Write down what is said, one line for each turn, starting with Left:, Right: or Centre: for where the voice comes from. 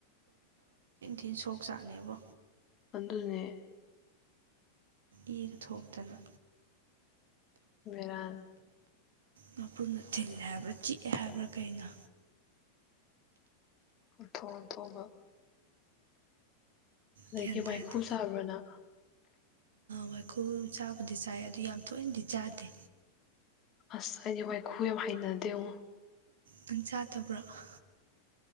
Right: ꯇꯤꯟꯁꯣꯛ ꯆꯥꯛꯅꯦꯕꯣ
Left: ꯑꯗꯨꯅꯦ
Right: ꯏꯒ ꯊꯣꯛꯇꯅ
Left: ꯕꯦꯔꯥꯅꯤ
Right: ꯃꯄ꯭ꯔꯨꯝꯅ ꯊꯤꯜꯂꯦ ꯍꯥꯏꯕ꯭ꯔꯥ ꯆꯤꯛꯑꯦ ꯍꯥꯏꯕ꯭ꯔꯥ ꯀꯩꯅꯣ
Left: ꯎꯟꯊꯣꯛꯟꯊꯣꯛꯕ ꯑꯗꯒꯤ
Right: ꯒ꯭ꯌꯥꯟ
Left: ꯋꯥꯏꯈꯨ
Right: ꯇꯥꯗꯦ
Left: ꯁꯥꯕꯅ
Right: ꯋꯥꯏꯈꯨꯜ ꯆꯥꯕꯨꯗꯤ ꯆꯥꯏ ꯑꯗꯨ ꯌꯥꯝ ꯇꯣꯏꯅꯗꯤ ꯆꯥꯗꯦ
Left: ꯑꯁ ꯑꯩꯗꯤ ꯋꯥꯥꯏꯈꯨꯝ ꯌꯥꯝ ꯍꯥꯏꯅꯗꯦꯕꯣ
Right: ꯅꯪ ꯆꯥꯗꯕ꯭ꯔꯣ ꯑꯥ